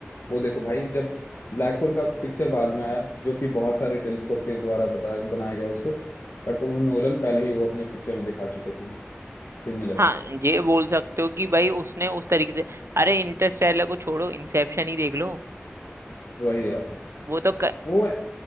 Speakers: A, on the left; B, on the right.
A: वो देखो भाई जब ब्लैक होल का पिक्चर बाद में आया जो कि बहुत सारे टेलीस्कोप के द्वारा बताया बनाया गया उसको बट वो नोलन पहले ही वो अपने पिक्चर में दिखा चुके थे सिमिलर
B: हाँ ये बोल सकते हो कि भाई उसने उस तरीके से अरे इंटरस्टेलर को छोड़ो इंसेप्शन ही देख लो
A: वही यार
B: वो तो क,
A: वो